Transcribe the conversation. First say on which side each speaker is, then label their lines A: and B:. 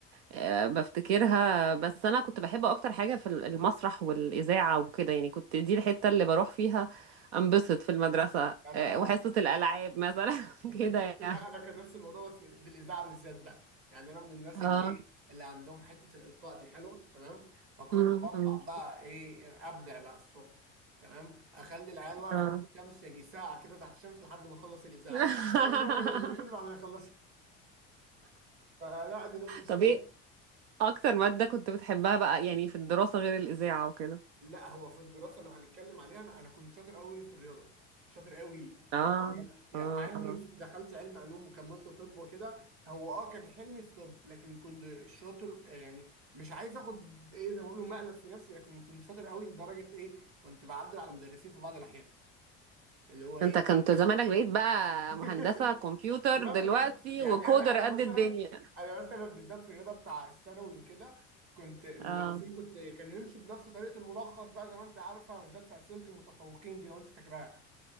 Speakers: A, on the right (about 80°); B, on the right (about 45°).
A: آه، بفتكرها بس انا كنت بحب اكتر حاجة في المسرح والاذاعة وكده يعني كنت دي الحتة اللي بروح فيها انبسط في المدرسة
B: انا
A: آه، وحصة الالعاب مثلا <laughs> كده
B: <laughs> لا
A: يعني
B: انا كان نفس الموضوع بس في الاذاعه بالذات بقى يعني انا من الناس اللي
A: اه
B: ايه اللي عندهم حته الالقاء دي حلوه تمام فكنت
A: م-
B: بطلع
A: م-
B: بقى ايه ابدع بقى الصبح تمام اخلي العيال واقفه
A: اه
B: في الشمس يجي ساعه كده تحت الشمس لحد ما اخلص الاذاعه
A: <laughs>
B: لدرجة ان هم كانوا بيضربوني بعد ما يخلصوا فلا دي كانت مشكله
A: طب ايه اكتر مادة كنت بتحبها بقى يعني في الدراسة غير الاذاعة وكده
B: لا هو في الدراسه لو هنتكلم عليها انا انا كنت شاطر قوي في الرياضه شاطر قوي
A: اه
B: يعني يعني
A: اه
B: مع اني
A: اه
B: دخلت علم علوم وكملت طب وكده هو اه كان حلمي في طب لكن كنت شاطر آه، يعني مش عايز اخد ايه زي ما بيقولوا مقلب في نفسي لكن كنت شاطر قوي لدرجه ايه كنت بعدل على المدرسين في بعض الاحيان اللي هو ايه
A: انت كنت زمانك بقيت بقى
B: <laughs>
A: مهندسة كمبيوتر
B: لا
A: دلوقتي
B: بجد يعني
A: وكودر
B: انا انا
A: قد
B: مثلا
A: الدنيا
B: انا مثلا بالذات في الرياضه بتاع الثانوي وكده كنت المدرسين
A: اه
B: كنت كانوا يمشوا بنفس طريقه الملخص بقى زي ما انت عارفه بالذات في اسئله المتفوقين دي لو انت فاكراها